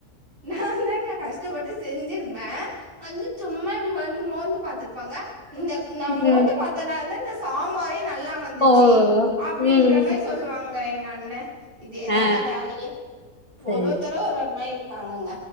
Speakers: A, on the right; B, on the left.
A: நாந்தாங்க கஷ்டப்பட்டு செஞ்சிருப்ப வந்து சும்மா இப்டி வந்து மோந்து பாத்துப்பாங்க இந்த நா
B: ம்
A: மோந்து பாத்த நாள் தா இந்த சாம்பாரே நல்லா வந்துச்சி
B: ஓ
A: அப்டின்ற
B: ம்
A: மாரி சொல்லுவாங் க எங்க அண்ண இதேதாங்க
B: ஆ
A: வேலையே
B: சரி
A: ஒரு ஒத்தரு ஒரு ஒரு மாரி தாங்கங்க